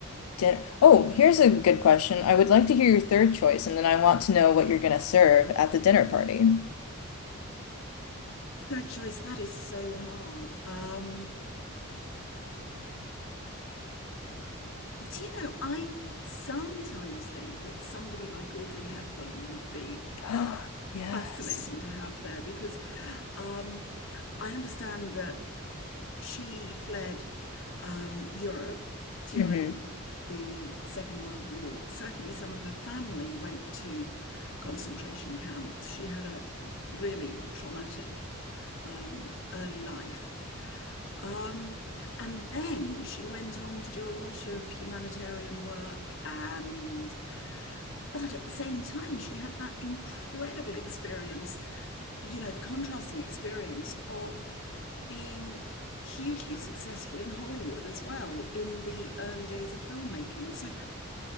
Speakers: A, on the left; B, on the left.
A: Dinner. Oh, here's a good question. I would like to hear your third choice, and then I want to know what you're going to serve at the dinner party.
B: third choice. That is so hard. Um, do you know, I sometimes think that somebody like Audrey Hepburn would be
A: <gasps> Yes.
B: fascinating to have there because um, I understand that she fled um, Europe during
A: Mm-hmm.
B: the Second World War. Certainly, some of her family went to concentration camps. She had a really traumatic um, early life. Um, and then she went on to do a lot of humanitarian work. And, but at the same time, she had that incredible experience, you know, the contrasting experience of being hugely successful in Hollywood as well in the early days of filmmaking. So,